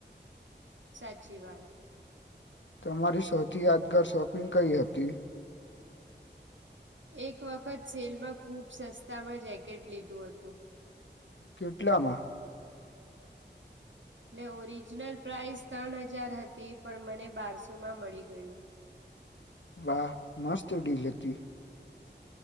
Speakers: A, on the right; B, on the left.
A: સાચી વાત
B: તમારી સૌથી યાદગાર શોપિંગ કઈ હતી
A: એક વખત સેલમાં ખુબ સસ્તામાં જેકેટ લીધું હતું
B: કેટલકમાં
A: એટલે ઓરિજિનલ પ્રાઇસ ત્રણ હજાર હતી પણ મને બારસો માં મળી ગયું
B: વાહ મસ્ત ડીલ હતી